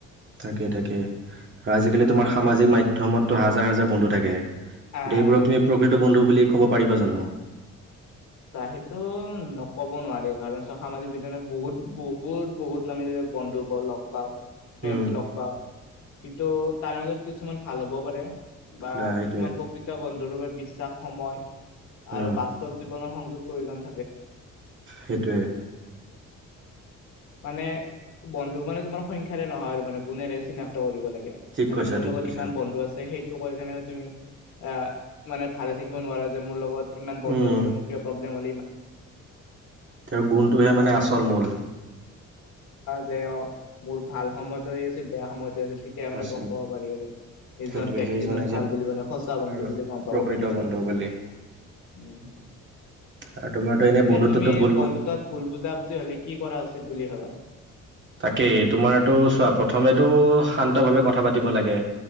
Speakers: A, on the right; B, on the left.
A: তাকেই, তাকেই আৰু আজিকালি তোমাৰ
B: এনে
A: সামাজিক মাধ্যমতো হাজাৰ হাজাৰ বন্ধু থাকে। এতিয়া
B: আহ
A: এইবোৰক তুমি প্ৰকৃত বন্ধু বুলি ক'ব পাৰিবা জানো?
B: চা সেইটো নক'ব নোৱাৰি। কাৰণ, চ সামাজিক বিজ্ঞানে বহুত বহুত বহুত নামিল বন্ধুব লগ পাওঁ। ফ্ৰেণ্ড
A: উম
B: লগ পাও। কিন্তু, তাৰ মাজত কিছুমান ভাল হ'বও পাৰে। বা
A: না সেইটোৱে
B: কিছুমান প্ৰকৃত বন্ধুৰ বাবে বিশ্বাস সময় আৰু
A: উম
B: বাস্তৱ য <unintelligible> মান
A: সেইটোৱে
B: মানে বন্ধু মানে তোমাৰ সংখ্যাৰে নহয় আৰু মানে গুণৰে চিনাক্ত কৰিব লাগে।
A: ঠিক
B: মানে
A: কৈছা
B: মোৰ
A: ঠিক
B: লগত
A: কৈছা।
B: ইমান বন্ধু আছে সেই কৈ কেনে তুমি আহ মানে ভালে থাকিব নোৱাৰা যে মোৰ লগত ইমান বন্ধু
A: উম
B: আছে মোৰ। <unintelligible> চাবা
A: তেওঁৰ গুণটোহে মানে আচল মূল
B: যে অ মোৰ ভাল সময়তেই আছিল বেয়া সময়তে আছিল। তেতিয়া মানে
A: আছিল।
B: গম পাব পাৰি আৰু। এজন
A: সেইটোৱে
B: ব্যক্তিজন
A: সেইজনে
B: ভাল
A: যে
B: বুলি মানে সঁচা বন্ধু
A: আৰু
B: বুলি গম পাব
A: প্ৰকৃত
B: পাৰি আৰু।
A: বন্ধু বুলি
B: উম, হম
A: আৰু তোমাৰতো
B: এনেই
A: বন্ধুত্বতো
B: তুমি
A: ভুল
B: বন্ধুতত ভুল বুজা বুজি হ'লে কি কৰা উচিত বুলি ভাবা?
A: তাকেই তোমাৰতো চোৱা প্ৰথমেতো শান্ত ভাৱে কথা পাতিব লাগে।